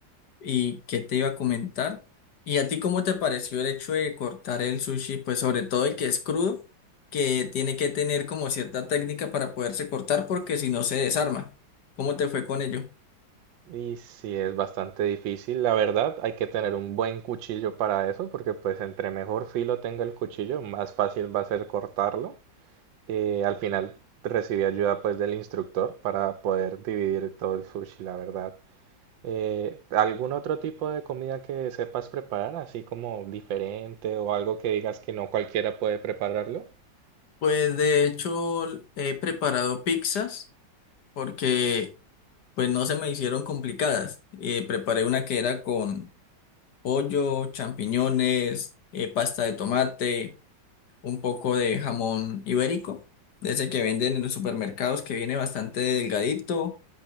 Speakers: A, on the left (about 65°); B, on the right (about 85°).
A: y qué te iba a comentar. ¿Y a ti cómo te pareció el hecho de cortar el sushi? Pues sobre todo el que es crudo, que tiene que tener como cierta técnica para poderse cortar porque si no se desarma. ¿Cómo te fue con ello?
B: Y sí, es bastante difícil. La verdad, hay que tener un buen cuchillo para eso, porque pues entre mejor filo tenga el cuchillo, más fácil va a ser cortarlo. Eh, al final recibí ayuda pues del instructor para poder dividir todo el sushi, la verdad. Eh, ¿algún otro tipo de comida que sepas preparar, así como diferente o algo que digas que no cualquiera puede prepararlo?
A: Pues de hecho he preparado pizzas porque pues no se me hicieron complicadas. Eh, preparé una que era con pollo, champiñones, eh, pasta de tomate. un poco de jamón ibérico, de ese que venden en los supermercados, que viene bastante delgadito.